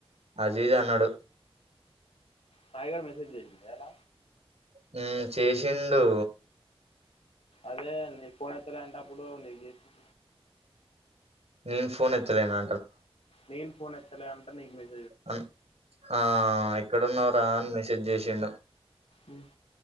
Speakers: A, on the right; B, on the left.
A: అది ఇది అన్నాడు
B: సాయి గాడు మెసేజ్ చేసిండా ఇయ్యాల
A: ఉమ్ చేసిండు
B: అదే నీ ఫోన్ ఎత్త లే అంట అప్పుడు నీకు చేసి
A: నేను ఫోన్ ఎత్తలేనా
B: నేను ఫోన్ ఎత్తలే అంట నీకు మెస్
A: అ ఆ ఎక్కడున్నావు రా అని మెసేజ్ చేసిండు
B: ఉమ్